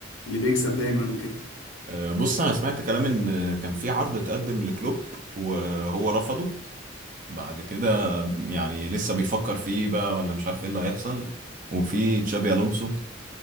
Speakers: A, on the left; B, on the right.
A: اللي بيكسب دايما وكده
B: آه، بص انا سمعت كلام ان كان في عرض اتقدم لكلوب وهو رفضه بعد كده يعني لسه بيفكر فيه بقى ولا مش عارف ايه اللي هيحصل وفي تشابي الونسو